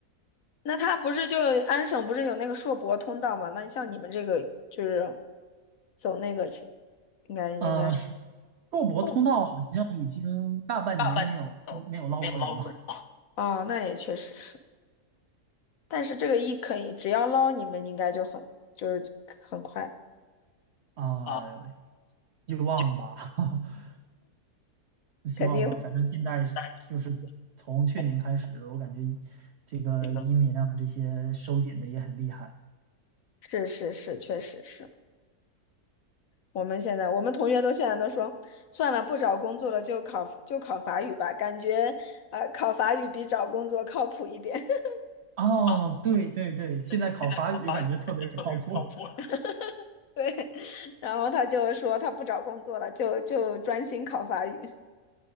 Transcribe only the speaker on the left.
那他不是就安省不是有那个硕博通道吗？那你像你们这个就是走那个去，应该应该是
不大半年都没有捞过人啊。哦，那也确实是。但是这个一可以，只要捞你们应该就很就是很快，
啊，
<laughs>
就
肯定
但是就是哦
这个是是是，确实是。我们现在我们同学都现在都说，算了，不找工作了，就考就考法语吧，感觉呃考法语比找工作靠谱一点。<laughs>
啊，
对，现在考法语感觉特别靠谱。<laughs> 对，然后他就说他不找工作了，就就专心考法语。